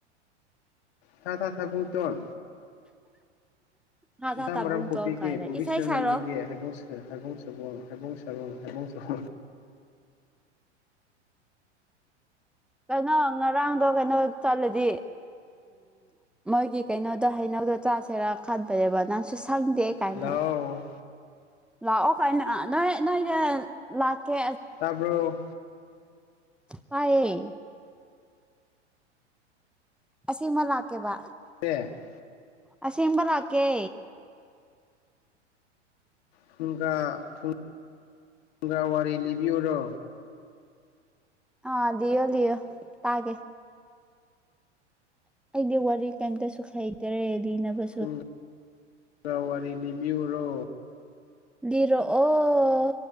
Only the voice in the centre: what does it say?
ꯊꯥ ꯊꯥ
ꯇꯥꯕꯨꯡ
ꯇꯣꯡ ꯀꯥꯏꯅ
ꯏꯁꯩ ꯁꯛꯔꯛꯑꯣ
ꯀꯩꯅꯣ ꯉꯔꯥꯡꯗꯣ ꯀꯩꯅꯣ ꯆꯠꯂꯗꯤ ꯃꯣꯏꯒꯤ ꯀꯩꯅꯣꯗꯣ ꯍꯩꯅꯧꯗꯣ ꯆꯥꯁꯦꯔꯥ ꯈꯟꯕꯅꯦꯕ ꯅꯪꯁꯨ ꯁꯪꯗꯦ ꯀꯥꯏꯅ
ꯂꯥꯛꯑꯣ ꯀꯥꯏꯅꯣ ꯅꯣꯏ ꯅꯣꯏꯅꯦ ꯂꯥꯛꯀꯦ
ꯇꯥꯌꯦ ꯑꯁꯦꯡꯃ ꯂꯥꯛꯀꯦꯕ
ꯑꯁꯦꯡꯕ ꯂꯥꯛꯀꯦ
ꯑꯥ ꯂꯤꯌꯣ ꯂꯤꯌꯣ ꯇꯥꯒꯦ ꯑꯩꯗꯤ ꯋꯥꯔꯤ ꯀꯩꯝꯇꯁꯨ ꯍꯩꯇꯔꯦ ꯂꯤꯅꯕ
ꯂꯤꯔꯛꯑꯣ